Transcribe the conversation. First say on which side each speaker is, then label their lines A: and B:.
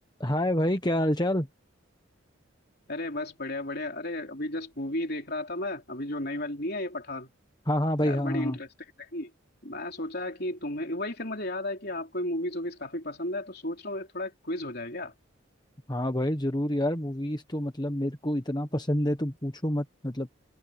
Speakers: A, on the left (about 20°); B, on the left (about 55°).
A: हाय भाई क्या हालचाल
B: अरे बस बढ़िया बढ़िया अरे अभी जस्ट मूवी देख रहा था मैं अभी जो नई वाली नहीं है ये पठान
A: हाँ
B: तो
A: हाँ भाई
B: यार
A: हाँ
B: बड़ी
A: हाँ
B: इंटरेस्टिंग
A: हाँ
B: लगी मैं सोचा कि तुम्हें वही फिर मुझे याद आया कि आपको मूवीज वूवीज काफी पसंद है तो सोच रहा हूँ थोड़ा क्विज हो जाए क्या
A: हाँ भाई जरूर यार मूवीज तो मतलब मेरे को इतना पसंद है तुम पूछो मत मतलब